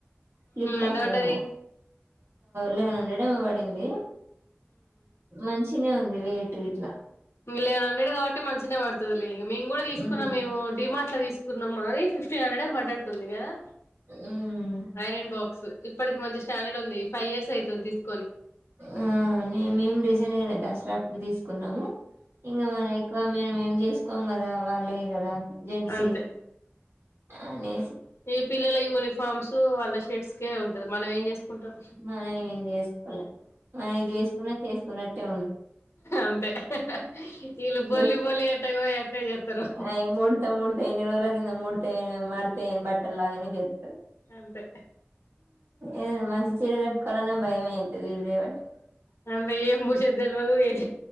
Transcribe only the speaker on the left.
ఎంత పడ్డది
లేవన్ హండ్రెడ్ కాబట్టి మంచినే పడు మేము కూడా తీసుకున్నాము
మేము డిమార్ట్ లో తీసు అదే ఫిఫ్టీన్ హండ్రెడ్ ఏమో పడ్డట్టు ఉంది కదా
ఐరన్ బాక్స్ ఇప్పటికి మంచి స్టాండర్డ్ ఉంది ఫైవ్ ఇయర్స్ తైతోన్ బిస్ <unintelligible>
అంతే
ఈ పిల్లల యూనిఫామ్స్ వాళ్ళ షర్ట్స్కే ఉంటది మనం ఏం చేసుకుంటాం
అంతే వీళ్ళు బొల్లి
బొల్లి ఎట్టగో ఎట్టే చేస్తారు
అంతే
అందా ఏం భూష్ది తెల్వదు మ